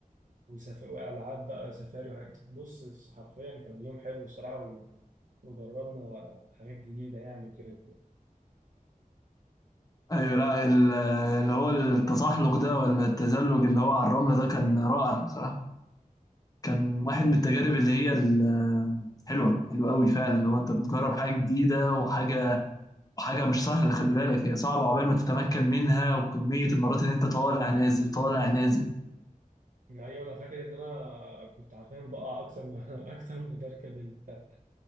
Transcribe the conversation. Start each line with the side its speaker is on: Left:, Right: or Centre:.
Right: وسف... والعاب بقى سفاري وحاجات بص حرفيا كان يوم حلو الصراحه و... وجربنا حاجات جديده يعني وكده
Left: ايوه لا ال- اللي هو التزحلق ده ولا التزلج اللي هو على الرملة ده كان رائع بصراحة كان واحد من التجارب اللي هي ال- حلوة حلوة قوي فعلا لو انت بتجرب حاجة جديدة وحاجة حاجة مش سهلة خلي بالك هي صعبة عقبال ما تتمكن منها وكمية المرات اللي انت طالع نازل طالع نازل
Right: يعني ايوه انا فاكر ان انا كنت عارفين بقع اكتر ما <laughs> اكتر ما بركب البتاع